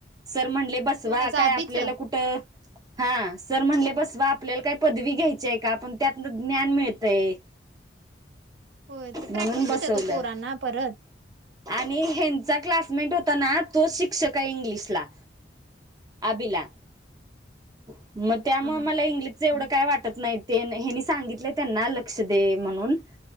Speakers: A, on the right; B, on the right.
A: सर म्हणले बसवा
B: कोणाच आबीच
A: काय आपल्याला कुठ हा सर म्हणले बसवा आपल्याला काय पदवी घ्यायची आहे का आपण त्यातन ज्ञान मिळतंय.
B: होय ते
A: म्हणून
B: प्रॅक्टिस
A: बसवलं.
B: होत्यात ओ पोरांना परत
A: आणि ह्याचा क्लासमेट होता ना, तो शिक्षक आहे इंग्लिशला. आभीला मग त्यामुळे
B: हा हा
A: मला इंग्लिशच एवढं
B: हा.
A: काय वाटत नाही. ते हेनी सांगितलंय त्यांना लक्ष दे म्हणून